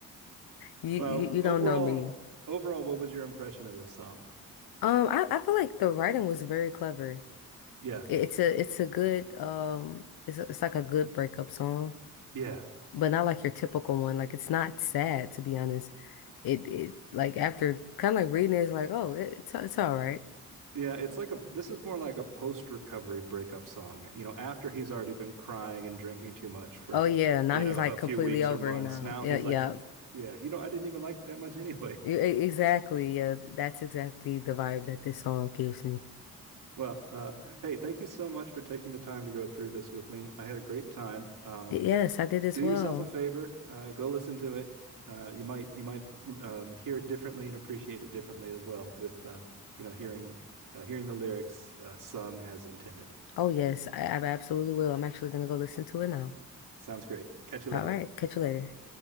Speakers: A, on the left; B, on the right.
A: You
B: Well,
A: you, you
B: overall,
A: don't know me.
B: overall, what was your impression of this song?
A: Um, I, I feel like the writing was very clever.
B: Yeah.
A: It- It's a it's a good um it's a, it's like a good breakup song.
B: Yeah.
A: but not like your typical one. Like it's not sad to be honest. It it like after kind of like reading it, it's like oh it, it's it's all right.
B: Yeah, it's like a this is more like a post-recovery breakup song. You know, after he's already been crying and drinking too much for,
A: Oh yeah, now
B: you
A: he's
B: know,
A: like
B: a few
A: completely
B: weeks
A: over
B: or months.
A: it now.
B: Now
A: Yeah,
B: he's
A: yeah,
B: like, yeah, you know, I didn't even like you that much <laughs> anyway.
A: E- e- exactly. Yeah, that's exactly the vibe that this song gives me.
B: Well, uh, hey, thank you so much for taking the time to go through this with me. I had a great time. Um,
A: Y- Yes, I did as
B: do
A: well.
B: yourself a favor, uh, go listen to it. Uh, you might you might um, hear it differently and appreciate it differently as well with uh, you know hearing uh, hearing the lyrics uh, sung as intended.
A: Oh yes, I, I absolutely will. I'm actually gonna go listen to it now.
B: Sounds great. Catch you
A: All
B: later.
A: right, catch you later.